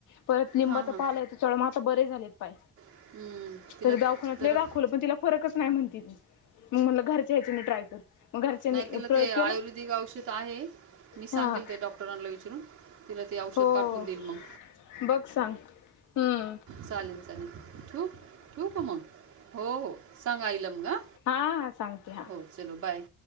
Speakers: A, on the left; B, on the right.
A: परत लिंबाचा
B: हां हां
A: पाला आहे तो चोळला म आता बरे झालेत. ताई
B: हं. तिला
A: तर दावाखान्यात
B: जरा
A: लई दाखवलं पण तिला फरकच नाही म्हणती ती. म म्हनलं घरचे हेच्यानी ट्राय कर. मग घरच्यांनी
B: नाही तिला
A: प्रयोग
B: ते
A: केला
B: आयुर्वेदिक औषध आहे. मी
A: हा
B: सांगेल त्या डॉक्टरांना विचरून तिला ते औषध
A: हो
B: पाठवून देईल मग
A: बघ सांग. हम्म
B: चालेल चालेल ठवू ठेवू का मग? हो हो सांगा आईला मग हां
A: हा हा सांगते हा
B: हो चलो बाय.